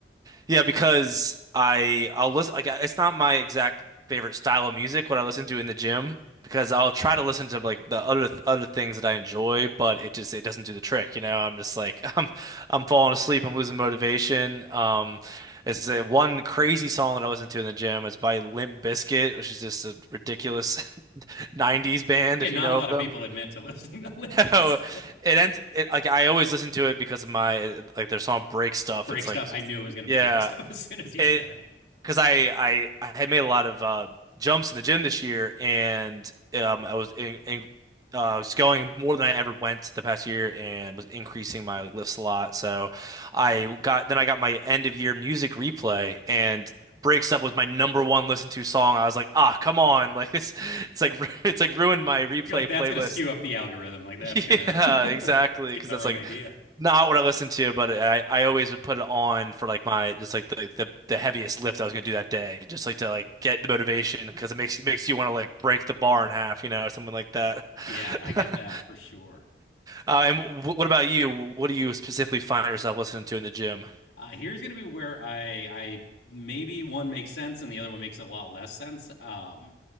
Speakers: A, on the right; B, on the left.
A: Yeah, because I I'll listen like it's not my exact favorite style of music what I listen to in the gym because I'll try to listen to like the other other things that I enjoy, but it just it doesn't do the trick, you know. I'm just like <laughs> I'm I'm falling asleep, I'm losing motivation. Um, it's uh, one crazy song that I listen to in the gym. It's by Limp Bizkit, which is just a ridiculous <laughs> 90s band
B: Yeah,
A: if
B: not
A: you know
B: a lot
A: of them.
B: of people
A: <laughs>
B: admit to listening to <laughs> Limp
A: So
B: Bizkit.
A: It ends it, like I always listen to it because of my like their song Break Stuff.
B: Break
A: It's
B: stuff.
A: like just
B: I knew it was gonna
A: yeah.
B: be break stuff <laughs> as soon as you
A: It
B: said it.
A: because I, I I had made a lot of uh, jumps in the gym this year, and um, I was in, in uh, I was going more than I ever went the past year, and was increasing my lifts a lot. So I got then I got my end of year music replay, and Breaks Up was my number one listened to song. I was like, ah, come on, <laughs> like it's it's like <laughs> it's like ruined my replay
B: You're like, that's
A: playlist.
B: going to skew up the algorithm. Like, that's
A: Yeah,
B: going <laughs> to,
A: exactly.
B: it's getting
A: Because
B: the
A: that's
B: wrong
A: like
B: idea.
A: not what I listen to, but I, I always would put it on for like my just like the, the the heaviest lift I was gonna do that day, just like to like get the motivation because it makes it makes you want to like break the bar in half, you know, or something like that.
B: Yeah, I
A: <laughs>
B: get that for sure.
A: Uh, and w what about you? What do you specifically find yourself listening to in the gym?
B: Uh, here's going to be where I, I maybe one makes sense and the other one makes a lot less sense. Um,